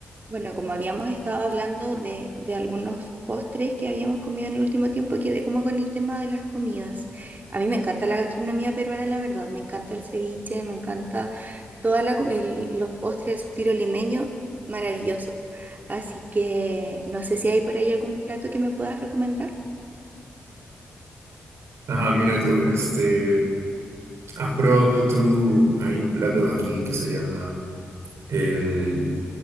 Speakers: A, on the right; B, on the right.
A: Bueno, como habíamos estado hablando de, de algunos postres que habíamos comido en el último tiempo, quedé como con el tema de las comidas. A mí me encanta la gastronomía peruana, la verdad. Me encanta el ceviche, me encanta toda la, co- el- los postres, el suspiro limeño, maravilloso. Así que no sé si hay por ahí algún plato que me puedas recomendar.
B: Ah, mira tú, este, ¿has probado tú? Hay un plato aquí que se llama el